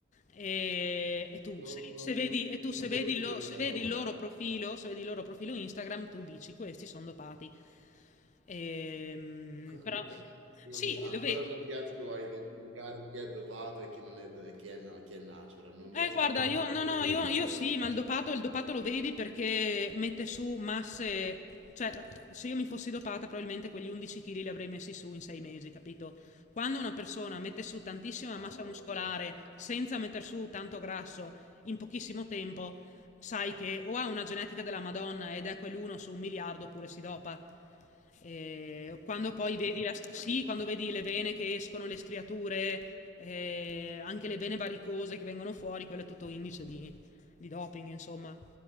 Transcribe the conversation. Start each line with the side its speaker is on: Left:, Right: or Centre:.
Left: E, e tu,
Right: non,
Left: se,
Right: non-
Left: se vedi,
Right: non
Left: e tu se
Right: sapevo
Left: vedi
Right: di
Left: lo-
Right: questa
Left: se vedi
Right: cosa.
Left: il loro profilo, se vedi il loro profilo Instagram, tu dici questi sono dopati. Ehm,
Right: <laughs>
Left: però
Right: Io
Left: sì,
Right: non- ancora
Left: lo vedi.
Right: non riesco a identificare chi è dopato e chi non è, do- e chi è, na- chi è natural, non riesco
Left: Eh, guarda,
Right: ancora
Left: io
Right: a capire
Left: no, no,
Right: questa
Left: io, io
Right: cosa.
Left: sì, ma il dopato, il dopato lo vedi perché mette su masse. Cioè, se io mi fossi dopata, probabilmente quegli 11 kg li avrei messi su in 6 mesi, capito? Quando una persona mette su tantissima
Right: Cavolo,
Left: massa muscolare senza metter su tanto grasso in pochissimo tempo, sai che o ha una genetica della Madonna ed è quell'uno su un miliardo oppure si dopa. E quando poi vedi la- sì, quando vedi le vene che escono, le striature, eh, anche le vene varicose che vengono fuori, quello è tutto indice di, di doping, insomma.